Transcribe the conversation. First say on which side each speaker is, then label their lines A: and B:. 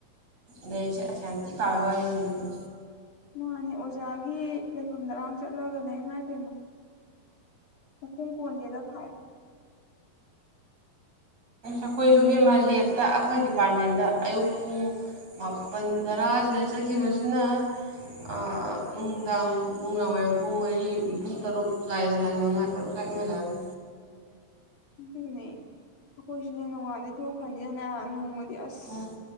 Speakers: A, on the right (about 45°); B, on the left (about 60°).
A: ꯂꯥꯏꯔꯤꯛꯁꯦ ꯑꯁ ꯌꯥꯝ ꯊꯤ ꯄꯥꯕꯩ ꯋꯥꯔꯤꯅꯤꯅꯦ ꯑꯗꯨꯗꯤ
B: ꯃꯥꯅꯦ ꯑꯣꯖꯥꯒꯤ ꯂꯩꯐꯝꯗꯒꯥꯡ ꯆꯠꯂꯒꯅꯦ ꯏꯃꯥꯏꯄꯦꯝꯃ ꯈꯣꯡ ꯀꯣꯟꯗꯦꯗ ꯈꯥꯛꯑꯦ
A: ꯑꯈꯣꯏꯖꯨ ꯏꯕꯦꯝꯃꯥ ꯂꯦꯞꯇ ꯑꯈꯣꯏ ꯗꯤꯄꯥꯔꯠꯃꯦꯟꯗ ꯑꯌꯨꯛ ꯄꯨꯡ ꯃꯥꯄꯜ ꯇꯔꯥꯁꯤꯗ ꯆꯠꯈꯤꯕꯖꯤꯅ ꯑ ꯅꯨꯡꯗꯥꯡ ꯄꯨꯡ ꯋꯥꯏꯝ ꯄꯨꯡ ꯃꯔꯤ ꯄꯨꯡ ꯇꯔꯨꯛ ꯑꯗꯨꯋꯥꯏꯗ ꯍꯜꯂꯛꯑꯅꯤ ꯃꯉꯥ ꯇꯔꯨꯛ ꯀꯟꯅ ꯂꯥꯛꯑꯅꯤ
B: ꯑꯗꯨꯅꯦ ꯑꯈꯣꯏꯁꯨꯅꯦ ꯅꯣꯡꯉꯥꯟꯗꯩ ꯊꯣꯛꯈ꯭ꯔꯅꯤꯗꯅ ꯅꯣꯡꯃ ꯗꯤ ꯑꯁ
A: ꯎꯝ